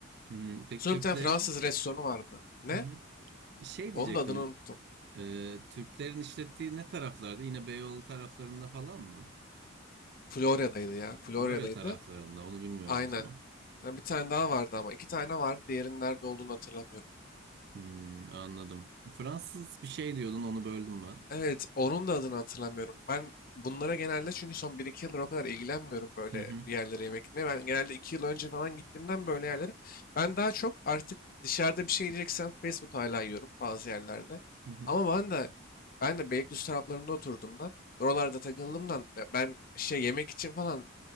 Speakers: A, on the right; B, on the left.
A: Hmm, peki
B: Sonra
A: Türklerin?
B: bir tane Fransız restoranı vardı. Ne?
A: Hı hı. Şey
B: Onun
A: diyecektim.
B: da adını unuttum.
A: Ee, Türklerin işlettiği ne taraflarda? Yine Beyoğlu taraflarında falan mı?
B: Florya'daydı ya. Florya'daydı.
A: Florya taraflarında. Onu bilmiyorum
B: Aynen.
A: o zaman.
B: Ha, Bir tane daha vardı ama. iki tane vardı. Diğerinin nerede olduğunu hatırlamıyorum.
A: Hmm, anladım. Fransız bir şey diyordun, onu böldüm ben.
B: Evet, onun da adını hatırlamıyorum. Ben bunlara genelde çünkü son bir iki yıldır o kadar ilgilenmiyorum böyle
A: Hı hı,
B: bir yerlere yemek gitmeye. Ben genelde 2 yıl önce falan gittiğimden böyle yerlere. Ben daha çok artık dışarıda bir şey yiyeceksem fast food hala yiyorum bazı yerlerde.
A: hı hı,
B: Ama ben de ben de Beylikdüzü taraflarında oturduğumdan, oralarda takıldığımdan ya ben şey yemek için falan